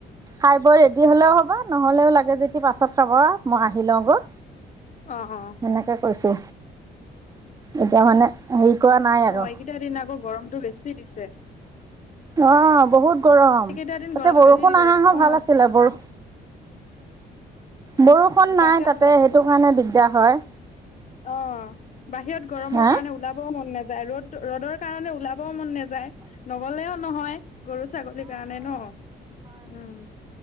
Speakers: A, on the right (about 20°); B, on the left (about 40°).
A: খাই বই ৰেডি হলেও হ'ব, নহ'লেও লাগে যদি পাছত খাব, মই আহি লওঁগৈ।
B: অ অ।
A: এনেকে কৈছো, এতিয়া, মানে হেৰি কৰা নাই আৰু।
B: অ এইকেইটা দিন আকৌ, গৰমটো বেছি দিছে।
A: অঁ', বহুত গৰম।
B: এইকেইটা
A: তা'তে
B: দিন গৰমটো
A: বৰষুণ
B: বেছি দিছে
A: অহা হ'লে
B: অ
A: ভাল আছিলে - বৰষুণ নাই
B: বাহিৰত
A: তা'তে
B: ওলা
A: সেইটো কাৰণে দিগদাৰ হয়।
B: অ', বাহিৰত গৰমৰ
A: হা
B: কাৰণে ওলাবও মন নাযায়, ৰ'দ ৰ'দৰ কাৰণে ওলাবও মন নেযায়, নগ'লেও নহয়। গৰু, ছাগলীৰ কাৰণে ন' উমঁ'।